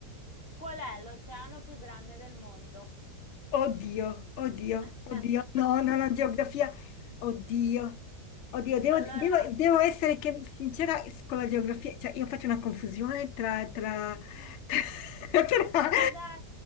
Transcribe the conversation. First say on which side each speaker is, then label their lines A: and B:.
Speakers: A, on the left (about 40°); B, on the left (about 75°).
A: Qual è l'oceano più grande del mondo?
B: Oddio, oddio,
A: <laughs>
B: oddio. No, no, no, geografia. Oddio, oddio, devo,
A: Allora,
B: devo- devo essere che- sincera con la geografia. Cioè, io faccio una confusione tra, tra, tra, <laughs> tra, tra-
A: Dai,